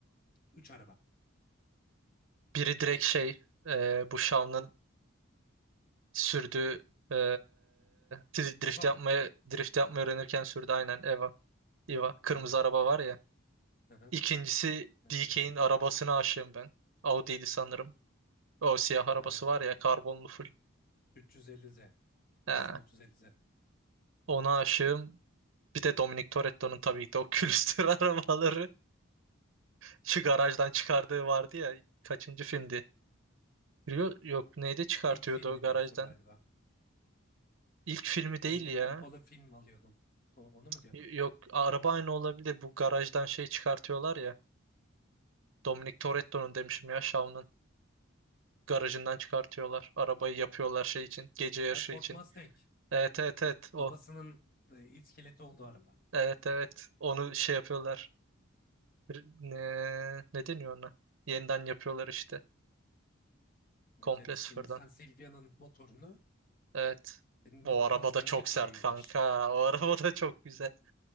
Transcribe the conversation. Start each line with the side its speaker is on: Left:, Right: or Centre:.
Left: 3 araba.
Right: Biri direkt şey e, bu Shaun'ın sürdüğü e, dri- drift
Left: Eva
Right: yapmayı
Left: mı?
Right: drift yapmayı öğrenirken sürdü aynen Eva. Eva kırmızı
Left: Tamam.
Right: araba var ya.
Left: Hı hı.
Right: İkincisi
Left: Nasıl
Right: DK'nin
Left: Eva'lı işte.
Right: arabasına aşığım ben. Audi'ydi sanırım. O siyah arabası
Left: Ee,
Right: var ya karbonlu full.
Left: üç- 350Z.
Right: Ha,
Left: Nissan 350Z.
Right: ona aşığım. Bir de Dominic Toretto'nun tabii ki de o külüstür <laughs> arabaları şu garajdan
Left: Nasıl-
Right: çıkardığı vardı ya kaçıncı filmdi? Rio
Left: İlk,
Right: yok neydi çıkartıyordu
Left: ilk filmi
Right: o garajdan?
Left: diyorsun galiba.
Right: İlk filmi değil
Left: Eline
Right: ya.
Left: pompalı film alıyordum. O- onu mu diyor?
Right: Y- Yok araba aynı olabilir. Bu garajdan şey çıkartıyorlar ya. Dominic Toretto'nun demişim ya Shaun'un Garajından çıkartıyorlar. Arabayı yapıyorlar şey için. Gece yarışı
Left: Ha,
Right: için.
Left: Ford Mustang.
Right: Evet evet evet o.
Left: Babasının e, iskeleti olduğu araba.
Right: Evet evet. Onu şey yapıyorlar. R- Ne, ne deniyor ona? Yeniden yapıyorlar işte. Komple
Left: Evet, evet. Şey,
Right: sıfırdan.
Left: Nissan Silvia'nın motorunu
Right: Evet.
Left: e,
Right: O
Left: Ni-
Right: araba
Left: Mustang'e
Right: da çok sert
Left: koyuyorlar.
Right: kanka. O araba da çok güzel.